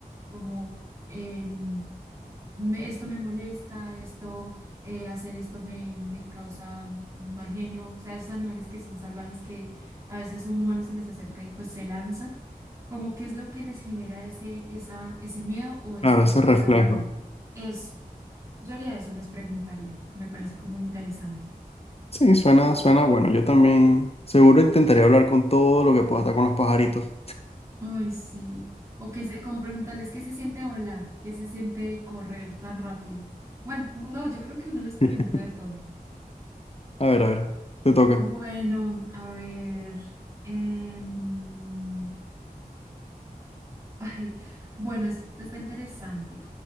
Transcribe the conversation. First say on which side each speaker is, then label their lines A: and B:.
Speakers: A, on the right; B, on the left.
A: como, em, me- esto me molesta, esto, eh, hacer esto me, me causa mal genio. O sea, esos animales que son salvajes que a veces un humano se les acerca y pues se lanzan, como qué es lo que les genera ese, esa, ese miedo o ese,
B: Claro, ese
A: esa
B: reflejo.
A: rabia. Eso, yo haría eso, les preguntaría. Me parece como interesante.
B: Sí, suena, suena bueno. Yo también seguro intentaría hablar con todo lo que pueda estar con los pajaritos.
A: Ay, sí. O que se- como preguntarles qué se siente volar, qué se siente correr tan rápido. Bueno, no, yo creo que uno les pregunta
B: <laughs>
A: de todo.
B: A ver, a ver, te toca.
A: Bueno, a ver. em, <laughs> ay, bueno, esto está interesante.